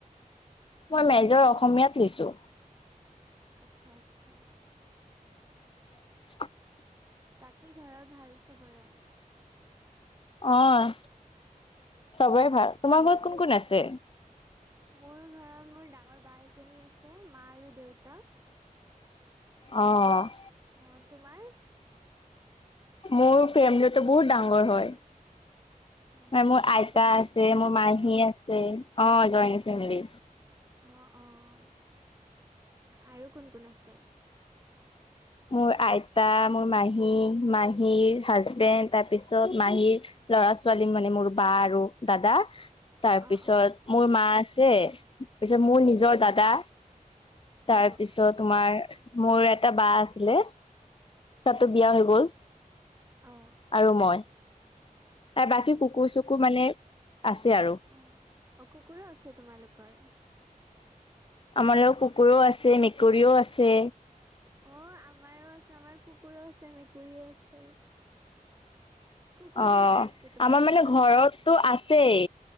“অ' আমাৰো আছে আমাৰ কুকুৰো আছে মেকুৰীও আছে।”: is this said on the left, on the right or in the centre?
Right